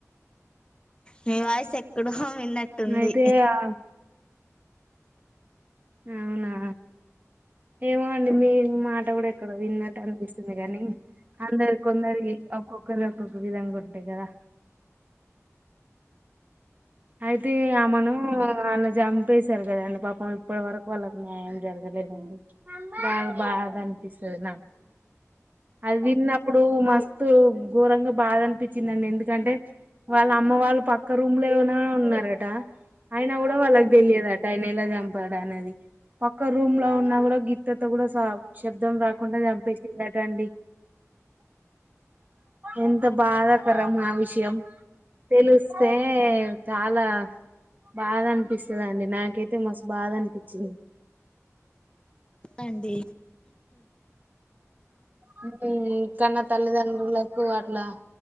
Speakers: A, on the left (about 20°); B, on the right (about 30°).
A: మీ వాయిస్ ఇక్కడ విన్నట్టుంది
B: అయితే ఆ అవునా ఏమో అండి మీ ఈ మాట కూడా ఎక్కడో విన్నట్టు అనిపిస్తుంది కానీ అందరు కొందరి ఒక్కొక్కరి ఒక్కొక్క విధంగా ఉంటాయి కదా అయితే ఆమను అలా చంపేశారు కదండి పాపం ఇప్పటి వరకు వాళ్ళకి న్యాయం జరగలేదండి బాగా బాధ పిస్తాది అది విన్నప్పుడు మస్తు ఘోరంగా బాధ అనిపించిందండి ఎందుకంటే వాళ్ళ అమ్మ వాళ్ళు పక్క రూమ్ లో ఏనా ఉన్నట ఆయన కూడా వాళ్ళకి తెలియదుట ఆయన ఇలా చంపాడు అనేది పక్క రూమ్ లో ఉన్నా కూడా గిత్తతో కూడా శబ్దం రాకుండా చంపేసిండట అండి ఎంత బాధాకరం ఆ విషయం తెలిస్తే చాలా బాధ అనిపిస్తదండి. నాకైతే మస్తు బాధ అనిపించింది.
A: అండి
B: హ్మ్ కన్న తల్లిదండ్రులకు అట్లా